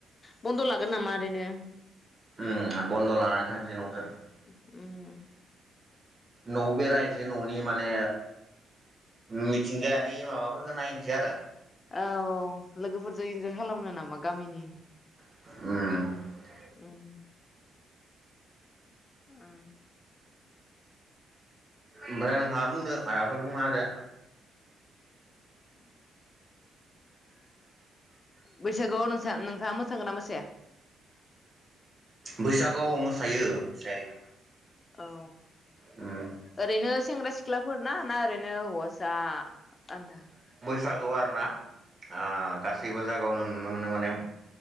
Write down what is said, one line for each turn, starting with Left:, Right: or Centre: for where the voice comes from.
Left: बन्द' ला? हागोन नामा ओरैनो?
Right: उम बन्द' लानानै थांसै न'सो
Left: उम
Right: न'आव बेरायनोसै न'नि माने मिथिंगायारि माबाफोरखौ नायनोसै आरो।
Left: औ लोगोफोरजों इन्जय खालामनो नामा? गामिनि
Right: उम
Left: उम उम
Right: ओमफ्राय नोंहा बुंदो माबाफोर बुंना होदो।
Left: बैसागुआव नोंसा-नोंथाङा मोसागोना मोसाया?
Right: बैसागोआव मोसायो मोसायो।
Left: औ
Right: उम
Left: ओरैनो सेंग्रा सिख्लाफोर ना ना ओरैनो हौवासा? जा आदा
Right: बैसागोआव आरो ना आ गासैबो जागायावनो नुनो मोनो माने